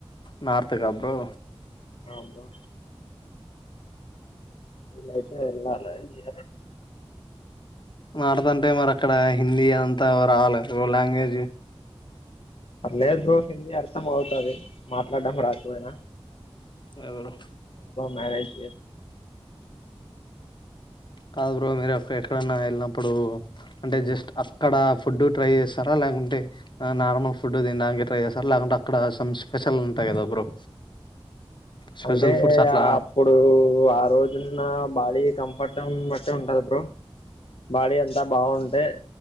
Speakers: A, on the left (about 50°); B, on the left (about 65°).
A: నార్త్ గా బ్రొ
B: ఆబా వీలైతే వెళ్ళాలి
A: మాటదంటే అంటే మర క్కడ హిందీ అంత రావల్ల <unintelligible> లా ఏజు
B: పర్లేదు బ్రో హిందీ అర్థం అవుతాది మాట్లాడడం రాకపోయినా
A: ఎవరు
B: మ్యానేజ్
A: కాదు బ్రో మీరు ఎక్కడన్నా ఎళ్ళినప్పుడు అంటే జస్ట్ అక్కడ ఫుడ్ ట్రై జేస్తారా లేకుంటే నార్మల్ ఫుడ్ తినడానికి ట్రై చేస్తారా లేకుంటే అక్కడ సమ్ స్పెషల్ ఉంటాయి కదా బ్రో స్పెషల్
B: అంటే
A: ఫుడ్స్ అట్లా
B: అప్పుడు ఆ రోజున్న బాడీ కంఫర్ట్ టం బట్టి ఉంటది బ్రో బాడి అంతా బాగుంటే